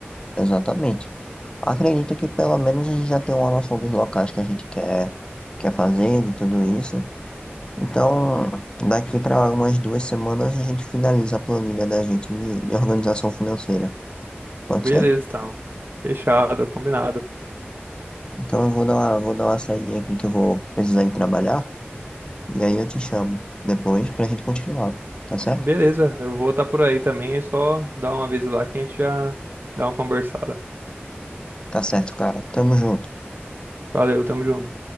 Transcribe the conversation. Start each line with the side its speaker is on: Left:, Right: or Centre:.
Left: exatamente. Acredito que pelo menos a gente já tem uma noção dos locais que a gente quer, quer fazer, de tudo isso. Então, daqui para umas duas semanas a gente finaliza a planilha da gente de, de organização financeira. Pode
Right: Beleza,
Left: ser?
Right: então. Fechado, combinado.
Left: Então eu vou dar uma, vou dar uma saidinha aqui que eu vou precisar ir trabalhar. E aí eu te chamo depois pra gente continuar. Tá certo?
Right: Beleza, eu vou estar por aí também, é só dar uma vez lá que a gente já dá uma conversada.
Left: Tá certo, cara. Tamo junto.
Right: Valeu, tamo junto.